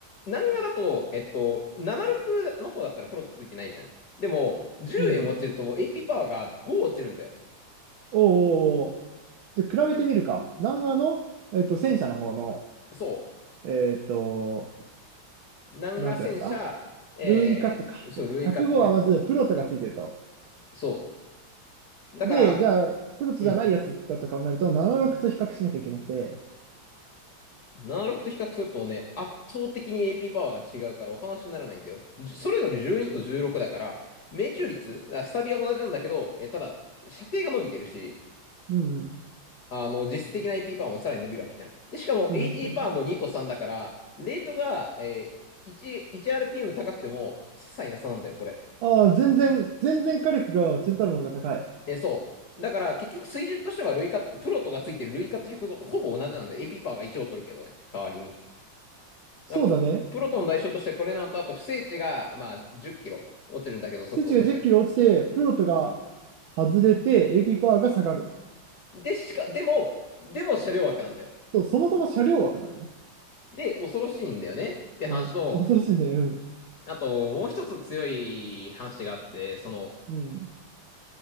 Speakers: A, on the left; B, on the right.
A: 南画だと、えっと、76の方だったらフロットついてないじゃん。でも、10円落ちると
B: うん。
A: AP パワーが5落ちるんだよ。
B: おーおーおーじゃあ比べてみるか。南アの、えっと、戦車の方の、
A: そ
B: えっと、
A: う。南画戦車、
B: なんてやつだ
A: えー、
B: ルーイカットか。
A: そう、
B: そうだ。
A: ルイカット105。
B: 105はまずプロトがついてると。
A: そう。だから、
B: で、じゃあ、プロトじゃないやつだと考えると、
A: うん。
B: 76と比較しなきゃいけなくて。
A: 76と比較するとね、圧倒的に AP パワーが違うからお話にならないんだよ。じゅそれぞれ12と16だから、命中率、あスタビは同じなんだけど、え、ただ、射程が伸びてるし、
B: うん、うん。
A: あの、実質的な AP パワーもさらに伸びるわけじゃん。で、しかも
B: うん、
A: h
B: そう。
A: ーパワーも2と3だから、レートが、えー、1、r p m 高くても、些細な差なんだよ、これ。
B: ああ、全然、全然火力がセンタウロの方が高い。
A: えーそう。だから、結局水準としては、ルイカット、プロトがついてるルイカット105とほぼ同じなんで、AP パワーが1を取るけどね、代わりに。
B: そうだね。
A: だからプ、プロトの代償として、これなんと、あと、不正値が、まあ、10キロ落ちるんだけど、速度として。
B: 数値が10キロ落ちて、プロットが外れて、AP パワーが下がる。
A: で、しか、でも、でも車両枠なんだよ。
B: そう、そもそも車両枠なんだね。
A: で、恐ろしいんだよねって話と、
B: うん。恐ろしいね。うん。
A: あと、もう一つ強い話があって、その、
B: うん。